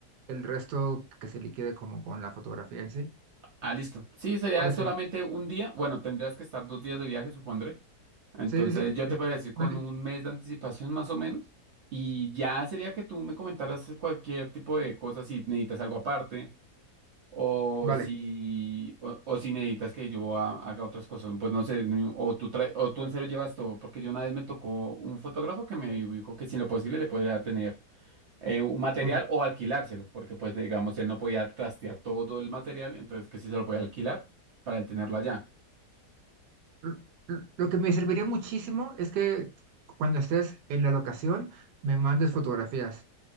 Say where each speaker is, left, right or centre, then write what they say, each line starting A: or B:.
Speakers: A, on the right; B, on the right.
A: el resto que se liquide como con la fotografía en sí.
B: Ah, listo. Sí, sería
A: Parece.
B: solamente un día. Bueno, tendrías que estar dos días de viaje, supondré. Entonces,
A: Sí, sí,
B: yo
A: sí.
B: te podría decir con
A: Vale.
B: un mes de anticipación más o menos. Y ya sería que tú me comentaras cualquier tipo de cosas, si necesitas algo aparte o
A: vale,
B: si, o, o si necesitas que yo ha- haga otras cosas. Pues no sé, ni- o tú, trae- o tú en serio llevas todo, porque yo una vez me tocó un fotógrafo que me dijo que si en lo posible le podría tener eh, un material
A: ok.
B: o alquilárselo, porque pues digamos él no podía trastear todo el material, entonces que sí se lo podía alquilar para él tenerlo allá.
A: L- l- Lo que me serviría muchísimo es que cuando estés en la locación me mandes fotografías